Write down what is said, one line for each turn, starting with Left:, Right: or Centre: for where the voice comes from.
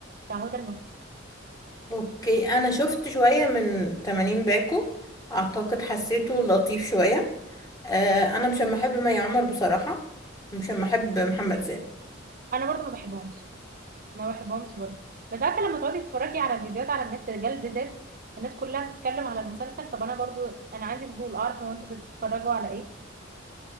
Right: بتاع هدى المفتي
Left: اوكي انا شفت شوية من 80 باكو اعتقد حسيته لطيف شوية آه انا مش أما احب مي عمر بصراحة ومش أما احب محمد سامي
Right: انا برضو ما بحبهمش ما بحبهمش برضو بس عارفه لما تقعدي تتفرجي على الفيديوهات على النت رجال بالذات الناس كلها بتتكلم على المسلسل طب انا برضو انا عندي فضول اعرف هو انتوا بتتفرجوا على ايه